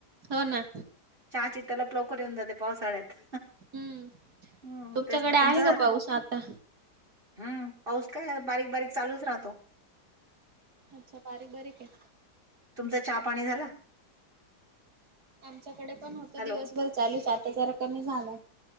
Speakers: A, on the right; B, on the right.
A: हो ना.
B: चहाची तलाप लवकर येऊन जाते पावसाळ्यात.
A: हम्म
B: हम्म
A: तुमच्याकडे
B: तेच तर
A: आहे
B: तुमचं झालं
A: का पाऊस आता?
B: हम्म पाऊस काय बारीक बारीक चालूच राहतो.
A: अच्छा बारीक बारीकय?
B: तुमचं चहा पाणी झाला?
A: आमच्याकडे पण होतं
B: हॅलो
A: दिवसभर चालूच आता जरा कमी झालाय.